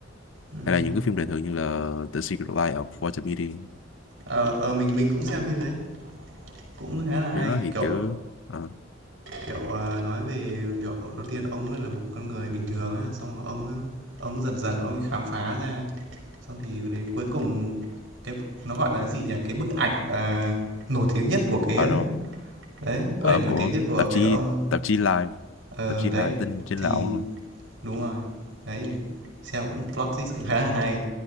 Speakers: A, on the right; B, on the left.
A: ừm,
B: hay là những cái phim đời thường như là The Secret Life of Walter Mitty
A: ờ, ờ, mình mình cũng xem phim đấy, cũng khá là hay,
B: cái đó thì
A: kiểu
B: kiểu ờ,
A: Kiểu, ờ, nói về, kiểu, đầu tiên ông ấy là một con người bình thường á, xong rồi ông ấy ông dần dần ông ấy khám phá ra, xong thì đến cuối cùng cái nó gọi là gì nhỉ? Cái bức ảnh, à, nổi tiếng nhất của cái
B: à, đâu
A: đấy,
B: ờ,
A: bức ảnh nổi
B: của
A: tiếng nhất của
B: tạp
A: cái
B: chí
A: ông
B: tạp chí Live
A: ờ,
B: tạp chí
A: đấy,
B: Live tin trên
A: thì
B: lậu
A: đúng rồi. Đấy, thì xem cũng plot twist cũng khá là hay.